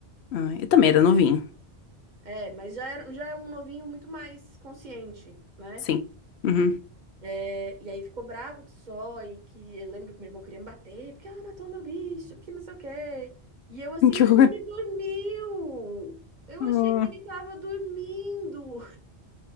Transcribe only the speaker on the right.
É, mas já era, já era um novinho muito mais consciente, né?
É, e aí ficou bravo que só, e que eu lembro que meu irmão queria me bater, porque ela matou meu bicho, porque não sei o quê. E eu assim,
mas
ele dormiu! Eu
achei que ele tava dormindo!